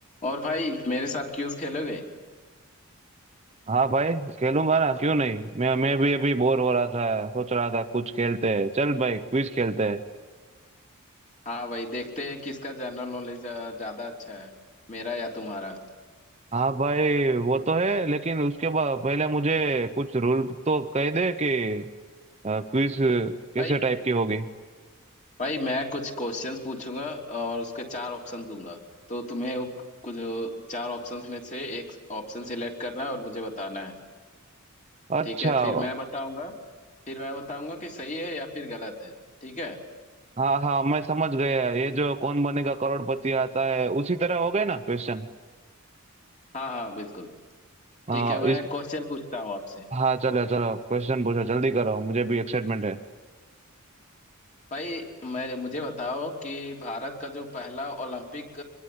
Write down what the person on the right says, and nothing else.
हाँ भाई खेलूंगा ना क्यों नहीं मैं मैं भी अभी बोर हो रहा था सोच रहा था कुछ खेलते हैं चल भाई क्विज खेलते हैं
हाँ भाई वो तो है लेकिन उसके बाद पहले मुझे कुछ रूल तो कह दे कि क्विज कैसे
टाइप की होगी
अच्छा
हाँ
हाँ हाँ मैं समझ गया ये जो कौन बनेगा करोड़पति आता है उसी तरह हो गए ना क्वेश्चन
हाँ
इस
हाँ चलो चलो क्वेश्चन पूछो जल्दी करो मुझे भी एक्साइटमेंट है